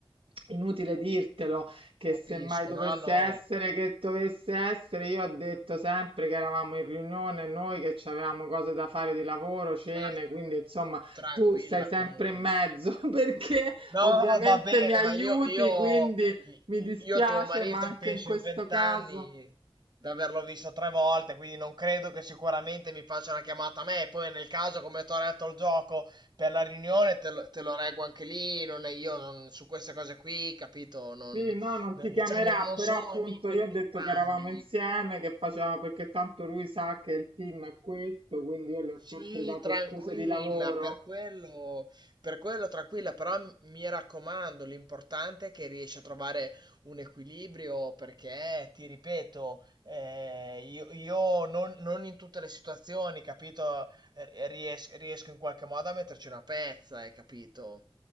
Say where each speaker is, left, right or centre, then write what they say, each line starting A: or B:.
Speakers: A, on the right; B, on the right.
A: Inutile dirtelo che
B: Capisco,
A: se mai dovesse
B: no, no,
A: essere che dovesse essere, io ho detto sempre che eravamo in riunione, noi che ci avevamo cose da fare di lavoro, cene,
B: basta,
A: quindi insomma
B: tranquilla
A: tu sei sempre
B: comunque.
A: in mezzo <laughs> perché
B: No,
A: ovviamente
B: no, va bene,
A: mi aiuti,
B: ma io, io,
A: quindi
B: i-
A: mi
B: i-
A: dispiace,
B: io tuo marito
A: ma anche
B: penso
A: in questo
B: in vent'anni
A: caso.
B: di averlo visto tre volte, quindi non credo che sicuramente mi faccia una chiamata a me. Poi nel caso, come ti ho detto il gioco per la riunione, te lo, te lo reggo anche lì, non è io non- su queste cose qui, capito? Non,
A: Sì, no, non ti
B: diciamo,
A: chiamerà,
B: non
A: però
B: sono
A: appunto
B: amico
A: io
B: di
A: ho detto
B: entrambi
A: che eravamo insieme, che facevamo, perché tanto lui sa che il team è questo, quindi io gli ho
B: Sì,
A: sempre dato
B: tranquilla,
A: scuse di lavoro.
B: per quello, per quello tranquilla, però m- mi raccomando, l'importante è che riesci a trovare un equilibrio perché, ti ripeto, eh, io, io non, non in tutte le situazioni, capito, Eh, ries- riesco in qualche modo a metterci una pezza, hai capito?